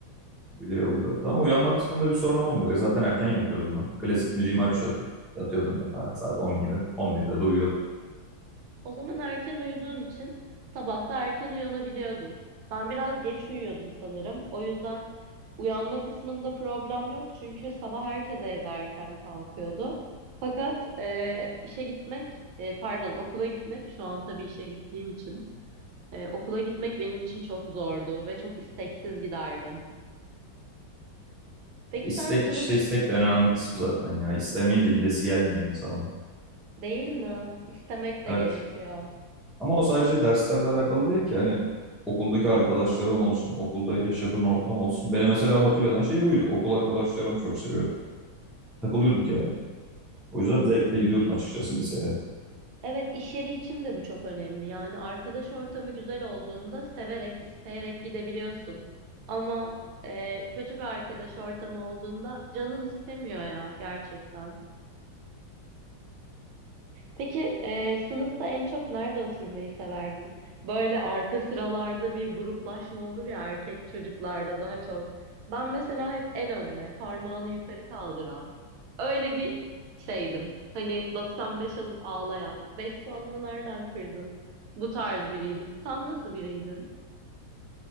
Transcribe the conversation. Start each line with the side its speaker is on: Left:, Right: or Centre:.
Centre: Bile yolluyordu. Ama uyanma kısmında bir sorunum olmuyordu. E, Zaten erken yatıyordum ben. Klasik müziğimi açıyordum. Yatıyordum yatağa saat 10 gibi. 11'de de uyuyordum.
Right: O zaman erken uyuduğun için sabah da erken uyanabiliyordun. Ben biraz geç uyuyordum sanırım. O yüzden uyanma kısmında problem yok çünkü sabah herkes evde erken kalkıyordu. Fakat e, işe gitmek, e, pardon okula gitmek şu an tabii işe gittiğim için. Ee, okula gitmek benim için çok zordu ve çok isteksiz giderdim. Peki
Centre: Ya istek
Right: sen sınıf
Centre: işte istek de en önemli kısmı zaten ya. İstemeyince gidesi gelmiyor insanın.
Right: değil mi? İstemek de
Centre: Evet.
Right: gerekiyor.
Centre: Ama o sadece
Right: Pe-
Centre: derslerle alakalı değil ki. Hani okuldaki arkadaşların olsun, okulda yaşadığın ortam olsun. Beni mesela motive eden şey buydu. Okul arkadaşlarımı çok seviyordum. Takılıyorduk yani. O yüzden zevkle gidiyordum açıkçası liseye.
Right: Evet, iş yeri için de bu çok önemli. Yani arkadaş ortamı güzel olduğunda severek, isteyerek gidebiliyorsun. Ama e, kötü bir arkadaş ortamı olduğunda canın istemiyor ya gerçekten. Peki e, sınıfta en çok nerede oturmayı severdin? Böyle arka sıralarda bir gruplaşma olur ya erkek çocuklarda daha çok. Ben mesela hep en önde, parmağını yukarı kaldıran. Öyle bir şeydim. Hani 95 alıp ağlayan. beş puanımı nereden kırdın? Bu tarz biriydim. Sen nasıl biriydin?